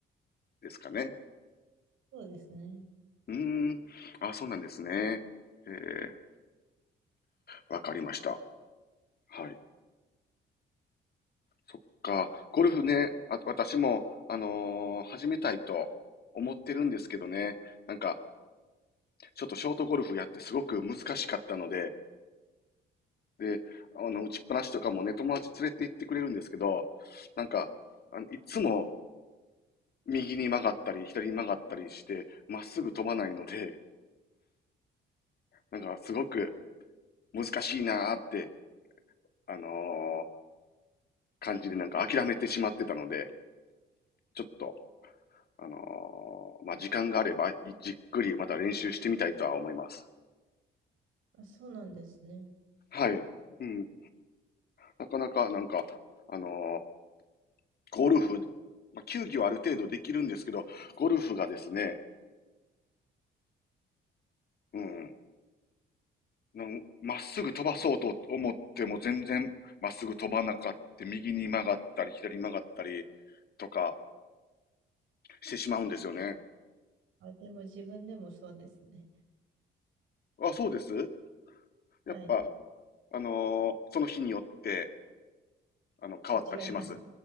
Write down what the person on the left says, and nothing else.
ですかね。
うーん。あ、そうなんですね。ええ、わかりました。はい。そっか。ゴルフね、あ、私も、あのー始めたいと思ってるんですけどね。なんか、ちょっとショートゴルフやってすごく難しかったので、で、あの、打ちっぱなしとかもね、友達連れて行ってくれるんですけど、なんか、あのいつも右に曲がったり、左に曲がったりして、まっすぐ飛ばないので、なんか、すごく難しいなーって、あのー感じでなんか諦めてしまってたので、ちょっと、あのーまあ、時間があれば、じっくりまた練習してみたいとは思います。
はい。うん。なかなか、なんか、あのーゴルフ、まあ、球技はある程度できるんですけど、ゴルフがですね、うん。なんまっすぐ飛ばそうと思っても全然まっすぐ飛ばなかって、右に曲がったり、左に曲がったりとかしてしまうんですよね。
あ、そうですやっぱ、
あのーその日によって、あの、変わったりします。